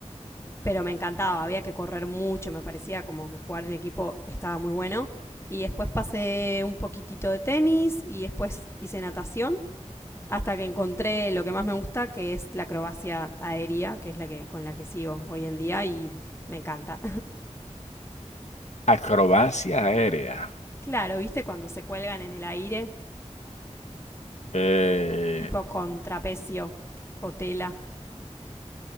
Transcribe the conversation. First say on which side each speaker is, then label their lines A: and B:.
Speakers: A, on the left (about 20°); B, on the left (about 75°).
A: pero me encantaba, había que correr mucho, me parecía como que jugar en equipo estaba muy bueno. Y después pasé un poquitito de tenis y después hice natación hasta que encontré lo que más me gusta, que es la acrobacia aérea, que es la que con la que sigo hoy en día y me encanta.
B: Acrobacia aérea.
A: Claro, ¿viste cuando se cuelgan en el aire?
B: Eh,
A: Tipo con trapecio o tela.